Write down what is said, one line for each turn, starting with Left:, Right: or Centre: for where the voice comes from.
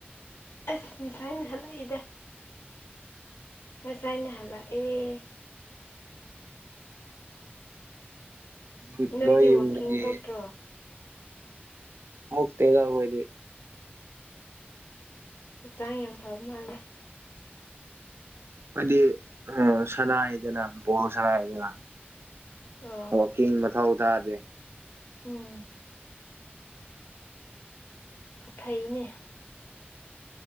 Left: ꯑꯁ ꯉꯁꯥꯏꯅ ꯍꯜꯂꯛꯏꯗ ꯑꯁꯥꯏꯅꯍꯜꯂ ꯑꯦ <inaudible>
Right: ꯎ
Left: ꯅꯣꯏꯗꯤ
Right: ꯅꯣꯏꯣꯌ
Left: ꯋꯥꯛꯀꯤꯡ
Right: ꯎꯗꯒꯤ
Left: ꯊꯣꯛꯇ꯭ꯔꯣ
Right: <inaudible> ꯍ ꯇꯦꯒ ꯃꯣꯏꯗꯤ
Left: ꯍꯛꯆꯥꯡ ꯌꯥꯝ ꯐꯕ ꯃꯥꯜꯂꯦ
Right: ꯍꯥꯏꯗꯤ ꯁꯅꯥꯗꯅ ꯕꯣꯣꯔ ꯁꯅꯥ ꯍꯥꯏꯗꯅ
Left: ꯑꯣ
Right: ꯋꯥꯀꯤꯡ ꯃ ꯊꯥꯎ ꯑꯣ ꯊꯥꯗꯦ
Left: ꯎꯝ <unintelligible> <inaudible> ꯐꯩꯅꯦ